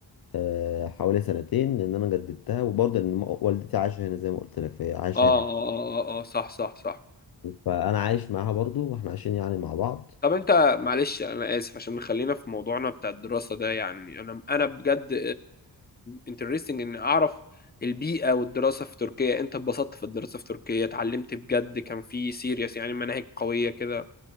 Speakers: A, on the left; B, on the left.
A: آه، حوالي سنتين لان انا جددتها وبرضه ان م- والدتي عايشه هنا زي ما قلت لك فهي عايشه
B: اه اه
A: هنا
B: اه اه, آه صح صح صح
A: فانا عايش معاها برضه واحنا عايشين يعني مع بعض
B: طب انت معلش انا اسف عشان خلينا في موضوعنا بتاع الدراسة ده يعني انا انا بجد انترستنج ان اعرف البيئة والدراسة في تركيا انت اتبسطت في الدراسة في تركيا اتعلمت بجد كان في سيريس يعني مناهج قوية كده